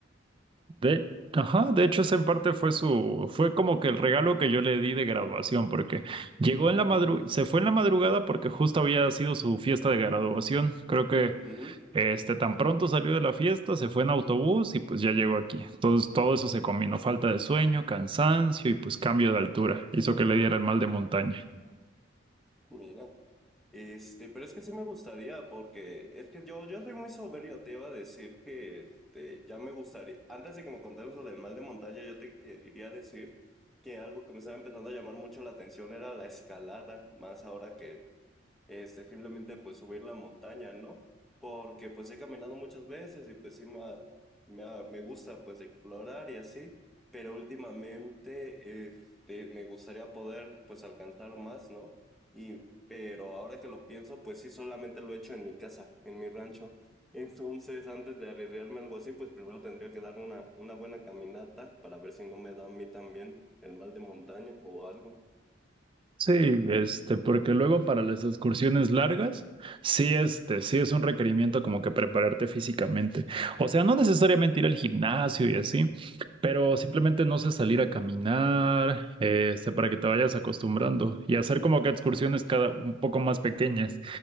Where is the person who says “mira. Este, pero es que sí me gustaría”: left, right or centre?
Centre